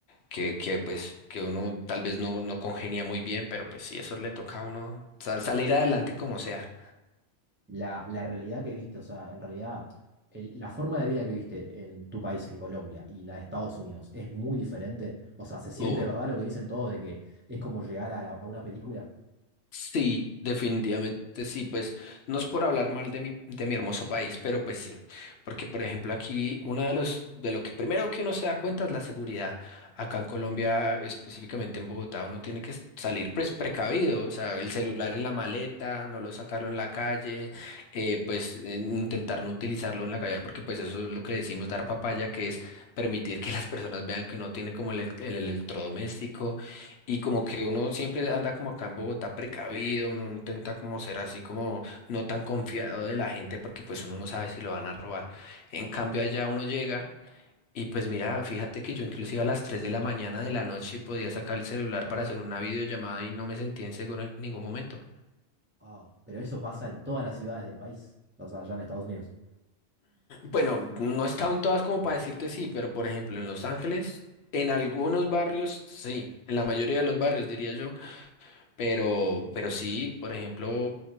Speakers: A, on the left; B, on the right.
A: que, que pues, que uno tal vez no, no congenia muy bien, pero pues sí, eso le toca a uno sa- salir adelante como sea.
B: La, la realidad que viste, o sea, en realidad, el- la forma de vida que viste en tu país, en Colombia, y la de Estados Unidos es muy diferente. O sea, se siente
A: Uh.
B: de verdad lo que dicen todos de que es como llegar a, la- a una película.
A: Sí, definitivamente sí, pues no es por hablar mal de mi, de mi hermoso país, pero pues sí, porque por ejemplo aquí una de los, de lo que primero que uno se da cuenta es la seguridad. Acá en Colombia, específicamente en Bogotá, uno tiene que salir pues precavido, o sea, el celular en la maleta, no lo sacarlo en la calle, eh, pues eh, intentar no utilizarlo en la calle, porque pues eso es lo que decimos dar papaya, que es permitir que las personas vean que uno tiene como el, elec- el electrodoméstico y como que uno siempre anda como acá en Bogotá precavido, uno intenta como ser así como no tan confiado de la gente porque pues uno no sabe si lo van a robar. En cambio allá uno llega y pues mira, fíjate que yo inclusive a las 3 de la mañana de la noche podía sacar el celular para hacer una videollamada y no me sentía inseguro en ningún momento.
B: Wow, pero eso pasa en todas las ciudades del país, o sea, allá en Estados Unidos.
A: Bueno, no estaban todas como para decirte sí, pero por ejemplo en Los Ángeles, en algunos barrios sí, en la mayoría de los barrios diría yo. Pero, pero sí, por ejemplo,